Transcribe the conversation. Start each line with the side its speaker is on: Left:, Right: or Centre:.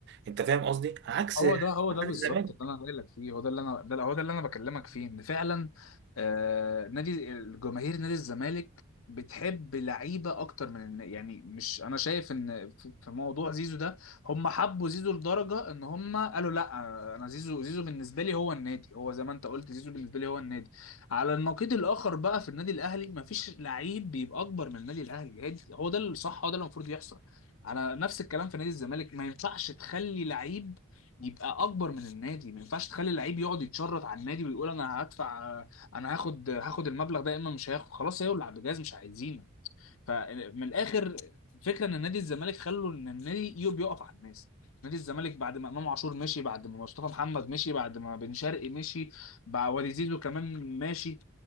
Right: انت فاهم قصدي؟ عكس
Left: هو ده هو
Right: عكس
Left: ده بالظبط
Right: الزمالك
Left: اللي انا قايل لك فيه هو ده اللي انا ده هو ده اللي انا بكلمك فيه ان فعلا آه نادي الجماهير نادي الزمالك بتحب لعيبه اكتر من إن- يعني مش انا شايف ان في في موضوع زيزو ده هم حبوا زيزو لدرجه ان هم قالوا لا انا زيزو زيزو بالنسبه لي هو النادي هو زي ما انت قلت زيزو بالنسبه لي هو النادي على النقيض الاخر بقى في النادي الاهلي مفيش لعيب بيبقى اكبر من النادي الاهلي هي دي- هو ده الصح هو ده اللي المفروض يحصل على نفس الكلام في نادي الزمالك ما ينفعش تخلي لعيب يبقى اكبر من النادي ما ينفعش تخلي اللعيب يقعد يتشرط على النادي ويقول انا هدفع انا هاخد هاخد المبلغ ده يا اما مش هاخد خلاص يولع بجاز مش عايزينه فمن الاخر الفكره ان نادي الزمالك خلوا ان النادي يو- بيقف على الناس نادي الزمالك بعد ما امام عاشور مشي بعد ما مصطفى محمد مشي بعد ما بن شرقي مشي بعد وليد زيزو كمان ماشي